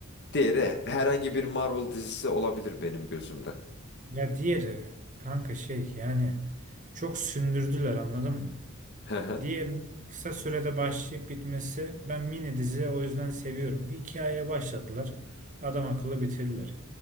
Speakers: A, on the left; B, on the right.
A: Diğeri herhangi bir Marvel dizisi olabilir benim gözümde.
B: Ya diğeri kanka şey yani çok sündürdüler anladın mı?
A: Hı hı,
B: Diğerinin kısa sürede başlayıp bitmesi ben mini dizi o yüzden seviyorum. Bir hikayeye başladılar. Adam akıllı bitirdiler.